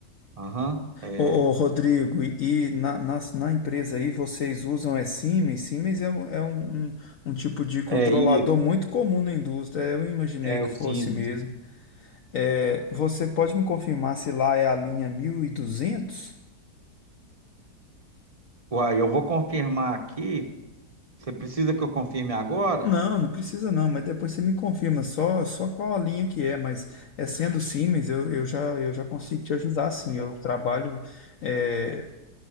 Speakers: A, on the right (about 30°); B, on the left (about 60°).
A: aham, é,
B: Ô, ô, Rodrigo, e, e na, nas- na, empresa aí vocês usam é Siemens? Siemens é, um, é um- um- um tipo de controlador
A: é isso,
B: muito comum na indústria, eu imaginei
A: é
B: que
A: o
B: fosse
A: Siemens.
B: mesmo. É, você pode me confirmar se lá é a linha 1200?
A: Uai, eu vou confirmar aqui. Você precisa que eu confirme agora?
B: Não, não precisa não, mas depois você me confirma só, só qual a linha que é, mas é sendo Siemens, eu, eu já, eu já consigo te ajudar sim, eu trabalho é,